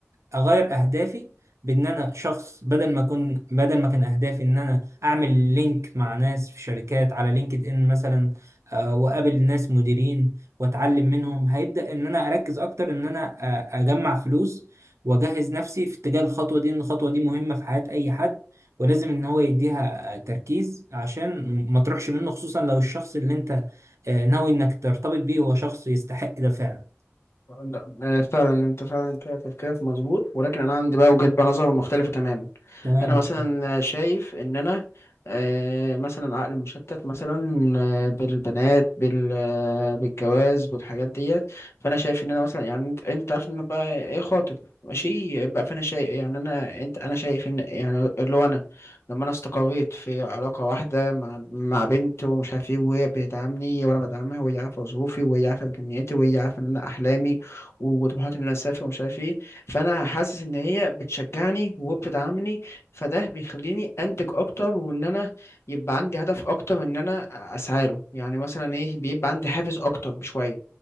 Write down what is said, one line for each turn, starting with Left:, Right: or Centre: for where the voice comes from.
Right: أ- اغير اهدافي بان انا شخص بدل ما اكون بدل ما كان اهدافي ان انا اعمل لينك مع ناس في شركات على لينكد ان مثلا آه، واقابل ناس مديرين واتعلم منهم هيبدأ ان انا اركز اكتر ان انا آه، اجمع فلوس واجهز نفسي في اتجاه الخطوة دي ان الخطوة دي مهمة في حياة اي حد ولازم ان هو يديها تركيز عشان ما تروحش منه خصوصا لو الشخص اللي انت آه، ناوي انك ترتبط بيه هو شخص يستحق ده فعلا
Left: لا آه، فعلا انت فعلا كده تفكيرك مظبوط ولكن انا عندي بقى وجهة بقى نظر مختلفة تماما
Right: تمام
Left: انا مثلا شايف ان انا آه، مثلا عقل مشتت مثلا آه، بالبنات بال آه، بالجواز بالحاجات ديت فانا شايف ان انا مثلا يعني انت انت عارف ان انا بقى ايه خاطب ماشي بقى فانا شايف يعني انا انت انا شايف ان يعني اللي هو انا لما انا استقريت في علاقة واحدة مع مع بنت ومش عارف ايه وهي بتدعمني وانا بدعمها وهي عارفة ظروفي وهي عارفة امكانياتي وهي عارفة ان انا احلامي وطموحات ان انا اسافر ومش عارف ايه فانا حاسس ان هي بتشجعني وبتدعمني فده بيخليني انتج اكتر وان انا يبقى عندي هدف اكتر ان انا اسعى له يعني مثلا ايه بيبقى عندي حافز اكتر بشويه